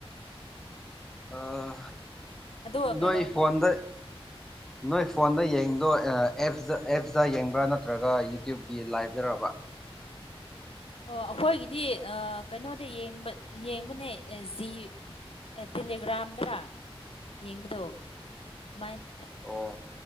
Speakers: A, in the centre; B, on the left.
A: ꯑꯥ
B: ꯑꯗꯨꯒ ꯀꯩꯗꯧꯔꯕ
A: ꯅꯣꯏ ꯐꯣꯟꯗ ꯅꯣꯏ ꯐꯣꯟꯗ ꯌꯦꯡꯗꯣ ꯑꯦꯞꯁꯇ ꯑꯦꯞꯁꯇ ꯌꯦꯡꯕ꯭ꯔꯥ ꯅꯠꯇ꯭ꯔꯒ ꯌꯨꯇ꯭ꯌꯨꯕꯀꯤ ꯂꯥꯏꯞꯇꯔꯕ
B: ꯑꯣ ꯑꯩꯈꯣꯏꯒꯤꯗꯤ ꯀꯩꯅꯣꯗ ꯌꯦꯡꯕ ꯌꯦꯡꯕꯅꯦ ꯖꯤ ꯑꯦ ꯇꯦꯂꯤꯒ꯭ꯔꯥꯝꯗ꯭ꯔ ꯌꯦꯡꯕꯗꯣ ꯁꯃꯥꯏꯅ
A: ꯑꯣ